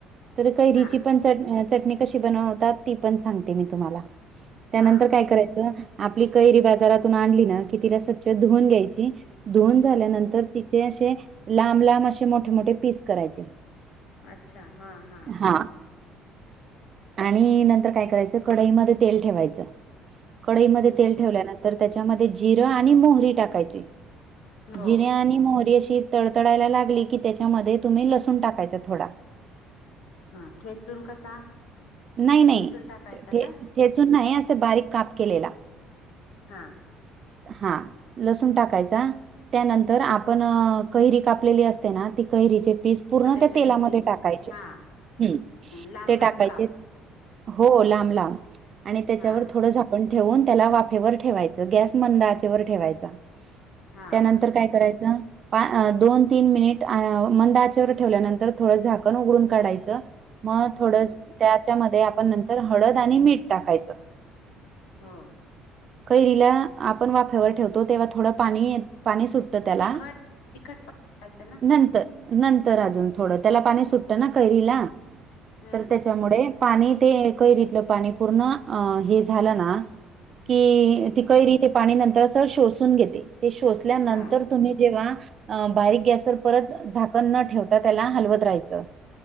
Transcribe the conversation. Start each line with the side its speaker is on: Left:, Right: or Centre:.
Right: तर कैरीची
Left: हा
Right: पण च चटणी कशी बनवतात ती पण सांगते मी तुम्हाला त्यानंतर
Left: हा
Right: काय करायचं आपली कैरी बाजारात तून आणली ना कि तिला स्वचछ धुऊन घ्यायची धुऊन झाल्यानंतर
Left: हो
Right: तिचे अशे लांब लांब असे मोठे मोठे पीस करायचे.
Left: अच्छा, हा हा.
Right: हा. आणि नंतर काय करायचं कडईमध्ये तेल ठेवायचं. कढई मध्ये
Left: हम्म
Right: तेल ठेवल्यानंतर त्याच्यामध्ये जिरं आणि मोहरी टाकायची,
Left: हो
Right: जिरे आणि ती मोहरी अशी तडतडायला लागली कि त्याच्यामध्ये तुम्ही लसूण टाकायचा थोडा.
Left: हा ठेचून कसा?
Right: नाही नाहीे,
Left: ठेचून टाकायचा काय
Right: ठेचून नाही अस बारीक काप केलेला.
Left: हा.
Right: हा लसूण टाकायचा त्यानंतर आपण अ कैरी कापलेली असते ना, ती कैरीचे पीस पूर्ण
Left: छोटे
Right: त्या
Left: छोटे
Right: तेलामध्ये
Left: पीस
Right: टाकायचे,
Left: हा
Right: हम्म
Left: लांब
Right: ते
Left: लांब
Right: टाकायचे
Left: काप
Right: हो लांब लांब आणि त्याच्यावर
Left: हा
Right: थोडं झाक कण ठेवून त्याला वाफेवर ठेवायचं, गॅस मंद आचेवर ठेवायचा
Left: हा
Right: त्यानंतर
Left: बरोबर
Right: काय करायचं, पा दोन-तीन
Left: हम्म
Right: मिनिट आ मंद आचेवर ठेवल्यानंतर थोडं झाकण उघडून काढायचं, मग थोड
Left: हम्म
Right: त्यात त्या मध्ये आपण नंतर हळद आणि मीठ टाकायचं.
Left: हो.
Right: कैरीला आपण वाफ्यावर ठेवतो तेव्हा थोडं पाणी ये, पाणी सुटत ट त्याला
Left: आणि तिखट तिखट पण टाकायचं ना
Right: नंतर नंतर अजून थोडं त्याला, पाणी सुटत ना कैरीला
Left: हम्म
Right: तर त्याच्यामुडे पाणी ते कैरीतलं पाणी पूर्ण अ हे झालं ना कि,
Left: हम्म
Right: ती कैरी ते पाणी नंतर सर शोषून घेते. ते शोषल्यानंतर
Left: हा
Right: तुम्ही जेव्हा अ बारीक गॅसवर परत झाकण न ठेवता त्याला हलवतं राहायचं.